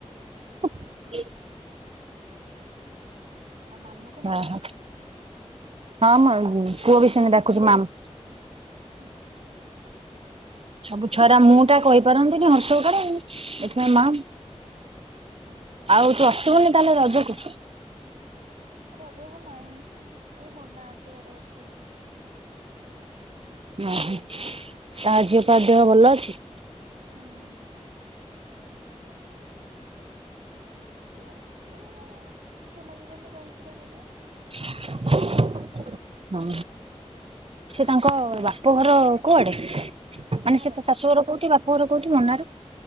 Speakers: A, on the right (about 55°); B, on the right (about 75°).
A: <inaudible>
B: ଆଉ ମାମୁକ୍
A: ଓହୋ ହଁ ମୁଁ ପୁଅ ବି ସେମିତି ଡାକୁଛି ମାମ୍‌
B: ହୁଁ।
A: ସବୁ ଛୁଆଗୁରା ମୁଁ ଟା କହିପାରନ୍ତିନି ହର୍ଷଉ କାର। ଏ ମାମ
B: ହୁଁ ହୁଁ।
A: ଆଉ ତୁ ଆସିବୁନି ତାହେଲେ ରଜକୁ?
B: ରଜକୁ ନାଇଁ ଏଇ ମୁନା ଆସିବାର ଅଛି।
A: ଅହଁ ଆଉ ଝିଅ ପା ଦେହ ଭଲ ଅଛି?
B: ହୁଁ। ସିଏ ଆସିବେ ଦିନେ ଦି ଦିନ ରହିକିରି ଯିଵେ।
A: <inaudible> ହଁ ସେ ତାଙ୍କ ବାପଘର କୁଆଡେ? ମାନେ
B: କାହାର
A: ସେ ତା ଶାଶୁ ଘର କୋଉଠି ବାପା ଘର କୋଉଠି ମୋନା ରୁ